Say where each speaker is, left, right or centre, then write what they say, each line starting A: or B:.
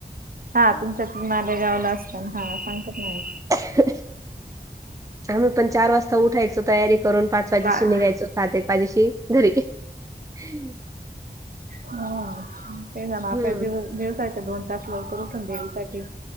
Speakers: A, on the right; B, on the right.
A: हा तुमच्या त माले गावला असतात, हा सांगतातना आई.
B: ह. आम्ही पण चार वाजता उठायचो, तयारी करून पाच वाजेशी
A: आई
B: निघायचो सात एक वाजेशी घरी. हम्म.
A: ते झालं, आपल्या
B: हम्म
A: दिवस दिवसाचे दोन. तास लवकर उठून देवीसाठी.